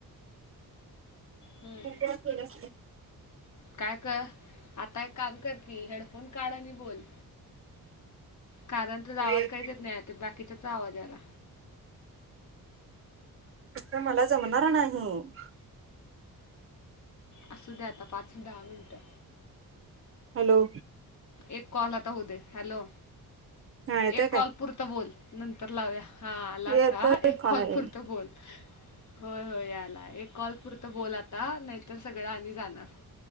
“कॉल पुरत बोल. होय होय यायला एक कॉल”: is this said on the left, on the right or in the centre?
Left